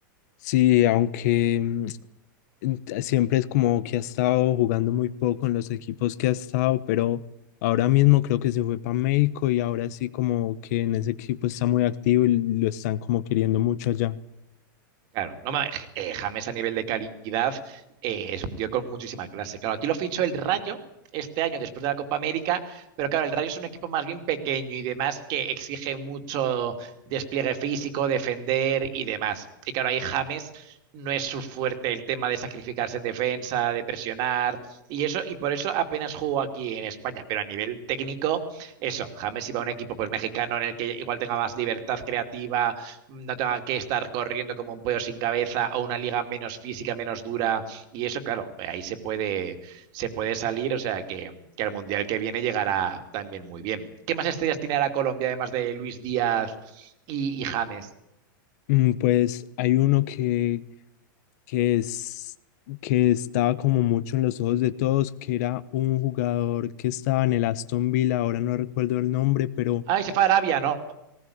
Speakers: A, on the left; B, on the right.
A: Sí, aunque mm, ent- siempre es como que ha estado jugando muy poco en los equipos que ha estado, pero ahora mismo creo que se fue para México y ahora sí como que en ese equipo está muy activo y lo están como queriendo mucho allá.
B: Claro, no, ma- eh, eh, James a nivel de calidad eh, es un tío con muchísima clase. Claro, aquí lo fichó el Rayo este año después de la Copa América, pero claro, el Rayo es un equipo más bien pequeño y demás que exige mucho despliegue físico, defender y demás. Y claro, ahí James no es su fuerte el tema de sacrificarse en defensa, de presionar y eso, y por eso apenas jugó aquí en España, pero a nivel técnico, eso, James iba a un equipo pues mexicano en el que igual tenga más libertad creativa no tenga que estar corriendo como un pollo sin cabeza o una liga menos física, menos dura. Y eso, claro, eh, ahí se puede, se puede salir, o sea que, que al Mundial que viene llegará también muy bien. ¿Qué más estrellas tiene ahora Colombia, además de Luis Díaz y, y James?
A: Mm, Pues hay uno que, que es que estaba como mucho en los ojos de todos, que era un jugador que estaba en el Aston Villa, ahora no recuerdo el nombre, pero
B: Ah, y se fue a Arabia, ¿no?